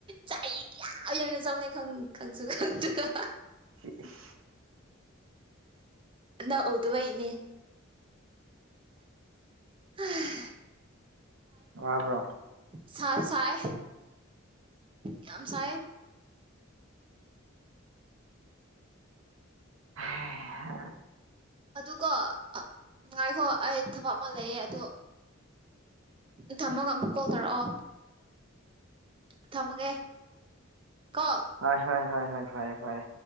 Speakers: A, on the right (about 25°); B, on the right (about 75°).
A: ꯆꯥꯛ ꯌꯥꯝ ꯌꯧꯅ ꯆꯕꯅꯦ ꯈꯪꯁꯨ ꯈꯪꯗ꯭ꯔ
B: <unintelligible>
A: ꯅꯪ ꯎꯗꯕꯩ ꯅꯦ ꯍꯥꯥ
B: ꯋꯥꯕ꯭ꯔꯣ
A: ꯁꯜ ꯆꯥꯏ ꯌꯥꯝ ꯁꯥꯏ
B: ꯍꯩ ꯍꯥ
A: ꯑꯗꯨꯀꯣ ꯑ ꯉꯥꯏꯈꯣ ꯑꯩ ꯊꯕꯛ ꯑꯃ ꯂꯩꯌꯦ ꯑꯗꯣ ꯊꯝꯃꯒ ꯑꯃꯨꯛ ꯀꯣꯜ ꯇꯧꯔꯛꯑꯣ ꯊꯝꯃꯒꯦ ꯀꯣ
B: ꯍꯣꯏ ꯍꯣꯏ ꯍꯣꯏ ꯍꯣꯏ ꯐꯔꯦ ꯐꯔꯦ